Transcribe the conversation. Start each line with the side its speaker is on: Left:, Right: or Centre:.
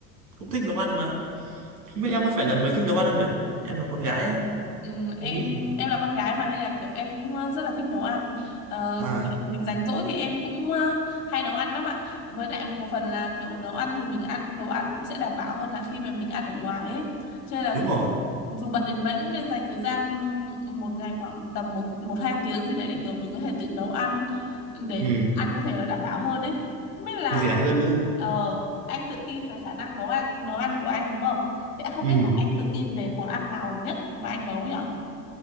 Right: cũng thích nấu ăn mà không biết em có phải là người thích nấu ăn không nhỉ em là con gái ấy.
Left: ừ, em
Right: anh nghĩ
Left: em là con gái mà nên là kiểu em cũng ờ, rất là thích nấu ăn. Ờ,
Right: à
Left: thì rảnh rỗi thì em cũng ờ, hay nấu ăn lắm ạ. Với lại một phần là kiểu nấu ăn thì mình ăn đồ ăn cũng sẽ đảm bảo hơn là khi mà mình ăn ở ngoài ấy. Cho nên là
Right: đúng
Left: cũng
Right: rồi
Left: dù bận đến mấy cũng nên dành thời gian một ngày khoảng tầm một một hai tiếng gì đấy để kiểu mình có thể tự nấu ăn để
Right: ừ
Left: ăn có thể là đảm bảo hơn ấy. Không biết là
Right: rẻ hơn nữa
Left: Ờ, anh tự tin về khả năng nấu ăn nấu ăn của anh đúng không? Thế không
Right: ừ
Left: biết là anh tự tin về món ăn nào nhất mà anh nấu nhở?